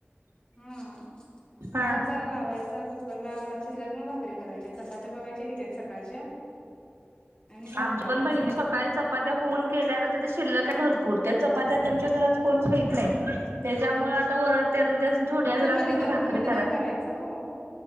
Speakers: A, on the left; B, on the right.
A: हा
B: हा
A: भात जरा लावायचा कुकरला भात शिजला की मग भाकरी करायच्या चपात्या बघायच्या किती आहेत सकाळच्या आणि भात
B: आमच्या
A: करायचा
B: पण बहिणी सकाळीच चपात्या होऊन केल्या हो ते शिल्लक आहे भरपूर त्या चपात्यामच्या घरात कोण खात नाही त्याच्यामुळ आता वरड त्यातमध्ये थोड्या
A: त्याचा
B: जण
A: मलिदा
B: असल्या तर भाकरी
A: मलिदा
B: करा
A: करायचा हो